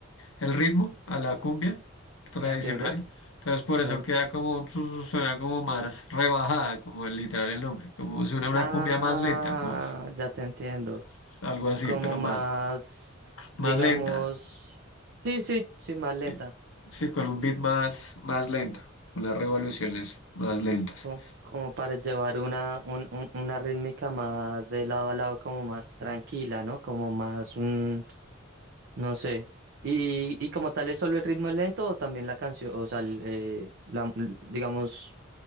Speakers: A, on the left; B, on the right.
A: el ritmo a la cumbia tradicional.
B: Ya entiendo.
A: Entonces por
B: Dale.
A: eso queda como su- suena como más rebajada, como el literal el nombre, como suena una
B: Ah,
A: cumbia más lenta, como s-
B: ya te entiendo.
A: s- algo así,
B: Como
A: pero
B: más,
A: más
B: digamos,
A: más lenta.
B: sí, sí, sí, más
A: Sí.
B: lenta.
A: Sí, con un beat
B: Sí,
A: más más lenta, unas revoluciones más lentas.
B: Como, como para llevar una, un- un- una rítmica más de lado a lado, como más tranquila, ¿no? Como más un, no sé. Y, y como tal es solo el ritmo lento o también la canción, o sea, el, eh, la, digamos,